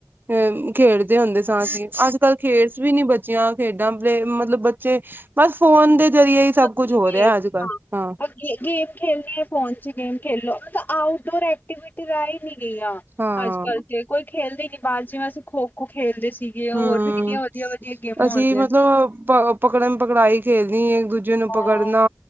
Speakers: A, on the right; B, on the left.
A: ਅ ਖੇਡ ਖੇਡਦੇ ਹੁੰਦੇ ਸਾਂ ਅਸੀਂ ਅੱਜ-ਕੱਲ ਖੇਡਸ ਵੀ ਨੀ ਬੱਚੇਆਂ ਖੇਡਾਂ ਪਲੇ ਮਤਲਬ ਬੱਚੇ ਬਸ ਫੋਨ ਦੇ ਜ਼ਰੀਏ ਹੀ ਸਭ ਕੁੱਝ
B: ਹਾਂ।
A: ਹੋ ਰਿਹਾ ਅੱਜ ਕੱਲ ਹਾਂ
B: ਪਰ ਗੇਮ ਖੇਡਣੀ ਆ ਫੋਨ 'ਚ ਹੀ ਗੇਮ ਖੇਲ ਲੋ ਮਤਲਬ ਆਊਟਡੋਰ ਐਕਟੀਵਿਟੀ ਰੈ ਹੀ ਨੀ ਗਈਆਂ
A: ਹਾਂ
B: ਅੱਜ-ਕੱਲ ਤੇ ਕੋਈ ਖੇਲਦੇ ਨੀ ਬਾਰ ਜਿਵੇਂ ਅਸੀਂ ਖੋ-ਖੋ ਖੇਲਦੇ ਸੀ ਹੋਰ
A: ਹਮ
B: ਵੀ ਕਿਨੀਆਂ ਵਧੀਆ-ਵਧੀਆ ਗੇਮਾਂ
A: ਅਸੀਂ
B: ਆਉਂਦੀਆਂ
A: ਮਤਲਬ
B: ਸੀ।
A: ਪ ਪਕੜਨ ਪਕੜਾਈ ਖੇਲਣੀ ਇੱਕ-ਦੂਜੇ ਨੂੰ
B: ਹਾਂ
A: ਪਕੜਨਾ